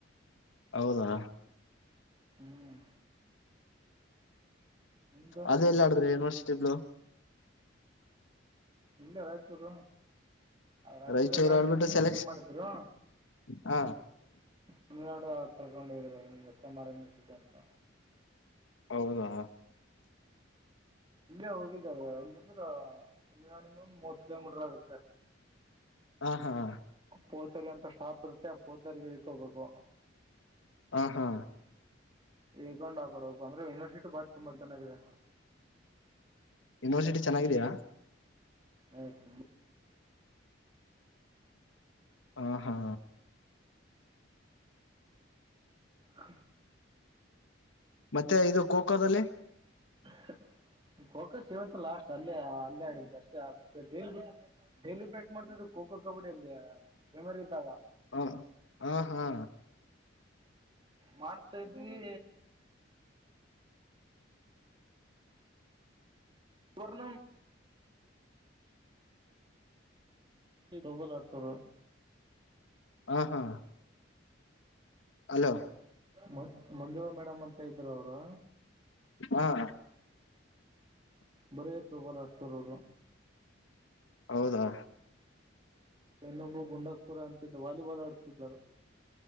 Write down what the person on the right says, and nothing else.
ಹ್ಮ್ ನಿಮ್ದು
ಇಲ್ಲ ವಚ ಬಿಡ ಅವ ಆಚುರಲ್
ಆಡು
ಸೆಲೆಕ್ಷನ್
ಮಾಡಿದ್ರು
ತಮಿಳ್ನಾಡು ಕರ್ಕೊಂಡು ಹ ಇದೀ ಎಸ್ ಎಂ ಆರ್ ಎ ಮ್ಟಿಕ ಅಂತ
ಇಲ್ಲ ಹೋಗಿದ್ದಾವ ಇಲ್ಲಂದ್ರ ತಮಿಳ್ುನಾಡಿನ ಒಂದು ಮೂವತ್ ಕಿಲೋಮೀಟರ್ ಆಗುತ್ತೆ
ಪೋತರಿ ಅಂತ ಸ್ಟಾಪ್ ಇರುತ್ತೆ ಆ ಪೋತರಿ ಇಳ್ಕೋಗ್ಬೇಕು
ಹೇಕೊಂಡ್ ಆಕಡ ಹೋಗು ಅಂದ್ರೆ ಯೂನಿವರ್ಸಿಟಿ ಬಾರಿ ತುಂಬಾ ಚೆನ್ನಾಗಿದೆ
ಆಯತು
ಹ
ಹ ಕೋಕಸ್ ಇಂತ ಲಾಸ್ಟ್ ಅಲ್ಲೇ ಅಲ್ಲೇ ಆಡ ಅಷ್ಟೇ ಡಲಿ ಡೈಲಿ ಪ್ರಕ್ಟಸ್ ಮಾಡ್ತಿದ್ದ ಖೋ ಖೋ ಕಬಡ್ಡಿಯ ಅಲ್ಲಿ ಪ್ರೇಮರ್ ಇದ್ದಾಗ
ಮಾಡ್ತಾಿದ್ವಿ ಸ್ರ್ಣ ೊಬಲ್ ಅಡ್ತರು
ಮ ಮಂಜುಳಾ ಮೇಡಮ್ ಅಂತ ಇದ್ರು ಅವರು
ಬರೆಯ ಪ್ರಬಲ್ ಅಡ್ಸರ್ರು
ತನೂ ಬ ಗುಂಡಪುರ ಅಂತ ದವಾರ ಓಲಾಡತಾರ